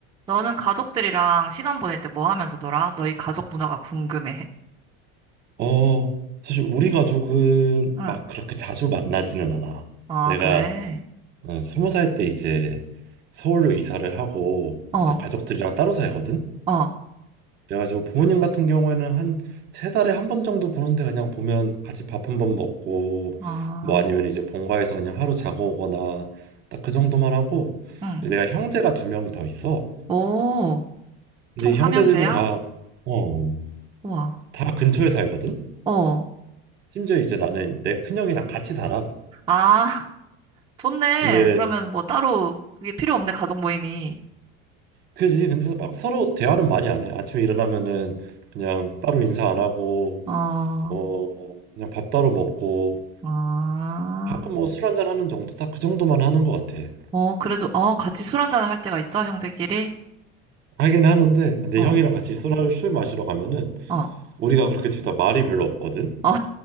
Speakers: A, on the right; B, on the right.
A: 너는 가족들이랑 시간 보낼 때 뭐 하면서 놀아? 너희 가족 문화가 궁금해.
B: 어, 사실 우리 가족은
A: <laughs> 응.
B: 막 그렇게 자주 만나지는 않아.
A: 어,
B: 내가
A: 그래.
B: 어, 스무 살 때 이제 서울로 이사를 하고
A: 어,
B: 이제 가족들이랑 따로 살거든.
A: 어,
B: 그래가지고 부모님 같은 경우에는 한 세 달에 한 번 정도 보는데 그냥 보면 같이 밥 한번 먹고
A: 어,
B: 뭐 아니면 이제 본가에서 그냥 하루 자고 오거나 딱 그 정도만 하고
A: 응.
B: 내가 형제가 두 명이 더 있어.
A: 오,
B: 근데
A: 총
B: 이
A: 삼형제야
B: 형제들도 다 어,
A: 우와.
B: 다 근처에 살거든.
A: 어.
B: 심지어 이제 나는 내 큰형이랑 같이 살아.
A: 아, <laughs> 좋네.
B: 근데
A: 그러면 뭐 따로 그게 필요 없네, 가족 모임이.
B: 그지? 근데 막 서로 대화는 많이 안 해. 아침에 일어나면은 그냥 따로 인사 안 하고
A: 어,
B: 어 그냥 밥 따로 먹고
A: 아,
B: 가끔 뭐 술 한잔 하는 정도 딱 그 정도만 하는 것 같아.
A: 어, 그래도, 어, 같이 술 한잔을 할 때가 있어, 형제끼리?
B: 하긴 하는데 근데
A: 어,
B: 형이랑 같이 술을 술 마시러 가면은
A: 어,
B: 우리가 그렇게 둘 다 말이 별로 없거든.
A: 어,